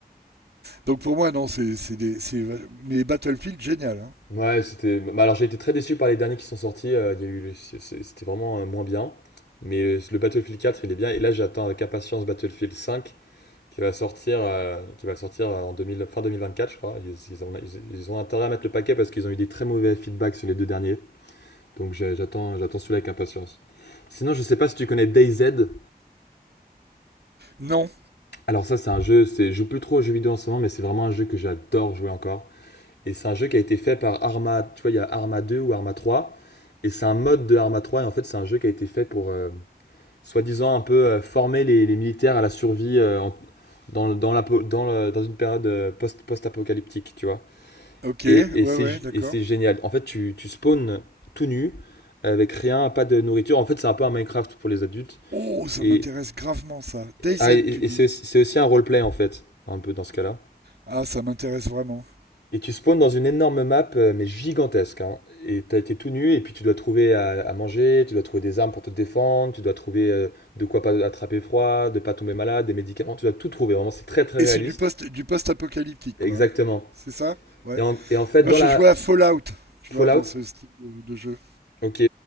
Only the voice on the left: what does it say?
Ouais, c'était. bah, alors j'ai été très déçu par les derniers qui sont sortis. euh, il y a eu, c'est- c'est- c'était vraiment euh, moins bien. Mais euh, le Battlefield quatre, il est bien. Et là, j'attends avec impatience Battlefield cinq, qui va sortir, euh, qui va sortir euh, en 2000 fin 2024, je crois. Ils, ils ont, ils- ils ont intérêt à mettre le paquet parce qu'ils ont eu des très mauvais feedbacks sur les deux derniers. Donc j'ai- j'attends, j'attends celui-là avec impatience. Sinon, je sais pas si tu connais DayZ.
Alors ça, c'est un jeu. C'est, je joue plus trop aux jeux vidéo en ce moment, mais c'est vraiment un jeu que j'adore jouer encore. Et c'est un jeu qui a été fait par Arma, tu vois, il y a Arma deux ou Arma trois, Et c'est un mode de Arma trois. Et en fait, c'est un jeu qui a été fait pour, euh, soi-disant, un peu euh, former les, les militaires à la survie euh, en- dans, le- dans, la, po- dans, le- dans une période euh, post, post-apocalyptique, tu vois.
Et, et c'est,
g-
et c'est génial. En fait, tu, tu spawns tout nu, avec rien, pas de nourriture. En fait, c'est un peu un Minecraft pour les adultes.
Et,
ah, et, et
c'est, aussi c'est aussi un roleplay, en fait, un peu dans ce cas-là.
Et tu spawns dans une énorme map, euh, mais gigantesque, hein. Et t'as été tout nu, et puis tu dois trouver à, à manger, tu dois trouver des armes pour te défendre, tu dois trouver euh, de quoi pas attraper froid, de pas tomber malade, des médicaments, tu dois tout trouver. Vraiment, c'est très très
réaliste.
Exactement.
Et en, et en fait,
dans
la
Fallout,
ok,